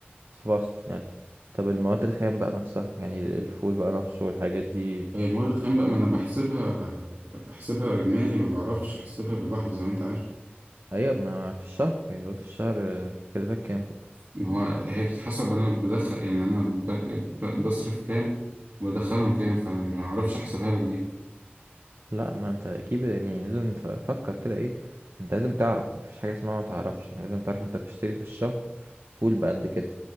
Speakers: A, on the right; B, on the right.
A: سبعة وستين ألف طب المواد الخام بقى نفسها يعني الفول بقى نفسه والحاجات دي
B: هي المواد الخام بقى ما انا بحسبها بحسبها اجمالي ما بعرفش احسبها بالواحده زي ما انت عارف
A: أيوة ما في الشهر يعني قول في الشهر آه، كلفك كام كده
B: ما هو هي بتتحسب انا بدخل يعني انا بك- ب- بصرف كام وبدخلهم كام فانا ما اعرفش احسبها لك دي
A: لا ما انت اكيد يعني لازم ف- فكر كده ايه انت لازم تعرف ما فيش حاجه اسمها ما تعرفش يعني لازم تعرف انت بتشتري في الشهر فول بقد كده